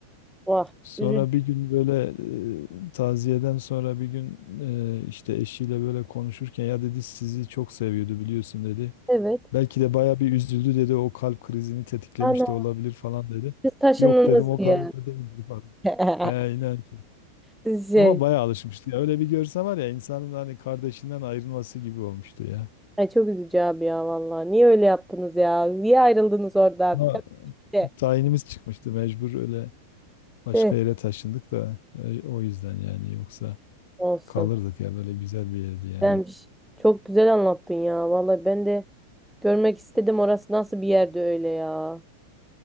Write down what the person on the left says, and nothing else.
sonra
bir gün böyle eee, taziyeden sonra bir gün eee, işte eşiyle böyle konuşurken ya dedi sizi çok seviyordu biliyorsun dedi.
Belki de baya bir üzüldü dedi. O kalp krizini tetiklemiş
de olabilir falan dedi.
Yok dedim o
kadar da değildir falan.
He inan ki.
Ama baya alışmıştı. Ya Öyle bir görse var ya insanın hani kardeşinden ayrılması gibi olmuştu ya.
Ama
tayinimiz çıkmıştı mecbur öyle başka
yere taşındık da e, o yüzden yani yoksa
kalırdık ya böyle güzel bir yerdi yani.